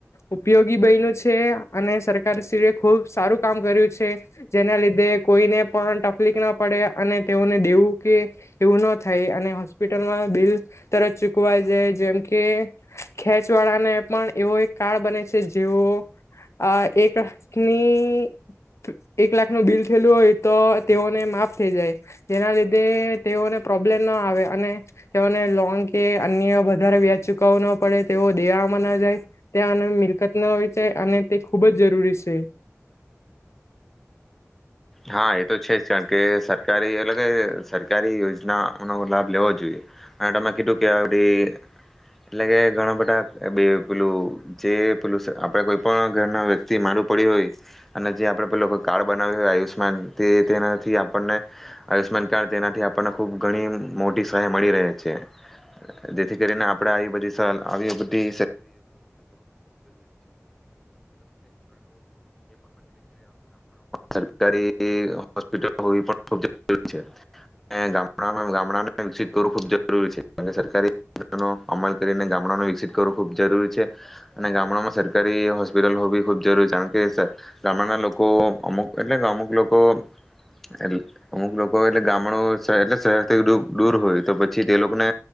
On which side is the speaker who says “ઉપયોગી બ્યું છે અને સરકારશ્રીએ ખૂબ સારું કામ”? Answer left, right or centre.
Left